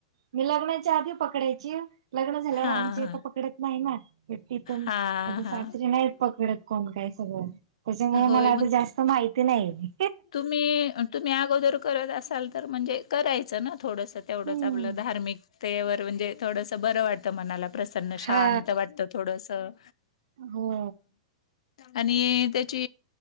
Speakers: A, on the right (about 65°); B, on the left (about 85°).
A: मी लग्नाच्या आधी पकडायची लग्न झाल्यावर
B: हा
A: आमची
B: हा.
A: तर पकडत नाही ना, तिथ माझे
B: हां,
A: सासरी
B: हां.
A: नाही पकडत कोण काय सगळं त्याच्यामुळे
B: होय,
A: मला आता
B: मग
A: जास्त, माहिती नाही
B: तुम्ही तुम्ही अगोदर करत असाल तर म्हणजे करायचं ना, थोडंसं तेवढंच
A: हम्म
B: आपलं धार्मिकतेवर म्हणजे थोडंसं बरं वाटतं मनाला, प्रसन्न
A: हा
B: शांत वाटत थोडस असं.
A: हो
B: आणि त्याची